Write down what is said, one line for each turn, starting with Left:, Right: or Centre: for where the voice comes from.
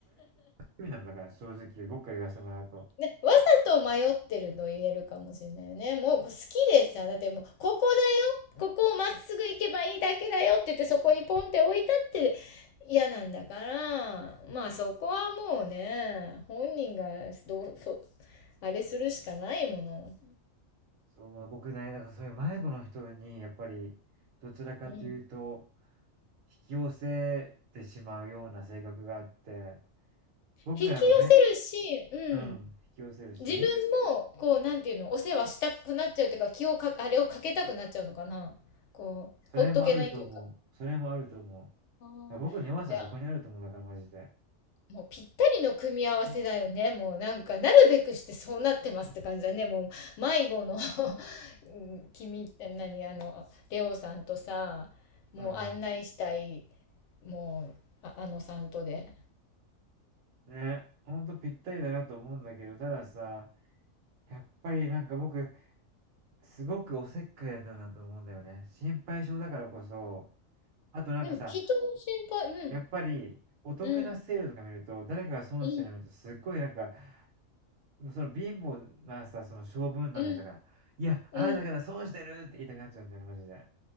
Right: 意味なの、だから正直僕から言わせてもらうと。
Left: で、わざと迷ってると言えるかもしれないよね。もう好きでさ、だってもう、ここだよ、ここをまっすぐ行けばいいだけだよって言ってそこにポンって置いたって嫌なんだから、まあそこはもうね、本人がどう、そ、あれするしかないもの。
Right: そう、まあ、僕ね、だからそういう迷子の人に、やっぱり、どちらかというと、
Left: うん。
Right: 引き寄せてしまうような性格があって、僕がやっぱめ
Left: 引き寄せるし、うん。
Right: うん、引き寄せるし、
Left: 自分も、こう、なんていうの、お世話したくなっちゃうというか、気をか、あれをかけたくなっちゃうのかな。こう、
Right: それもあると思う。
Left: ほっとけないというか。あ
Right: それもあると思う。だか
Left: ーじゃあ、
Right: ら僕の弱さはそこにあると思う、だからマジで。
Left: もうぴったりの組み合わせだよね。もうなんか、なるべくしてそうなってますって感じだね。もう、迷子の <laughs> うん、<laughs> 君って何、あの、レオさんとさ、もう案内したい、
Right: うん。
Left: もう、あ、あのさんとで。
Right: ね、ほんとぴったりだなと思うんだけど、たださ、やっぱりなんか僕、すごくおせっかいなんだなと思うんだよね。心配性だからこそ、あとなんかさ、
Left: でも、人も心配、うん、
Right: やっぱりお得なセールとか見ると、
Left: うん、
Right: 誰かが損してるの見ると、
Left: うん、
Right: すっごいなんか、もうその貧乏なさ、その性分なのよ。
Left: うん、
Right: だから、いや、あなたから損してるって言いたくなっちゃうんだよね、
Left: うん。
Right: マジで。